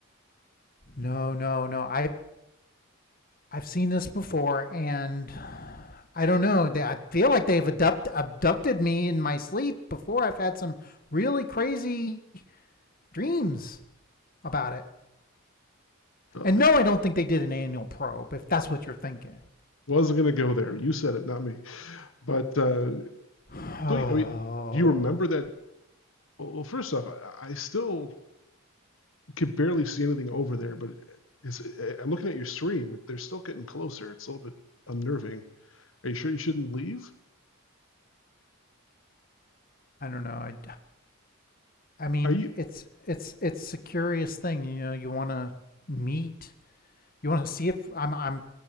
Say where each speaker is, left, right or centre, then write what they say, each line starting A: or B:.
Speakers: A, on the left; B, on the left.
A: no, no, no. I I've seen this before, and I don't know. They, I feel like they've abduct, abducted me in my sleep before. I've had some really crazy dreams. about it.
B: uh,
A: And no, I don't think they did an annual probe, if that's what you're thinking.
B: wasn't gonna go there. You said it, not me. But uh,
A: Oh,
B: so I mean, do you remember that Well, well, first off, I, I still could barely see anything over there, but it's, I- am looking at your stream. They're still getting closer. It's a little bit unnerving. Are you sure you shouldn't leave?
A: I don't know. I, I mean,
B: Are you?
A: it's it's it's a curious thing. You know, you want to meet, you want to see it. I'm I'm